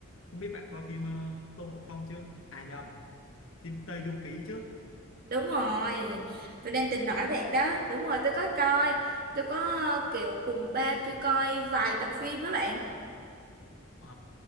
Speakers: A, on the left; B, on the right.
A: không biết bạn coi phim ờ, Tôn Ngộ Không chưa à nhầm phim Tây Du Ký chứ
B: Đúng rồi, tôi đang tính nói bạn đó. Đúng rồi, tôi có coi. Tôi có ờ, kiểu cùng ba tôi coi vài tập phim với bạn.
A: Ờ,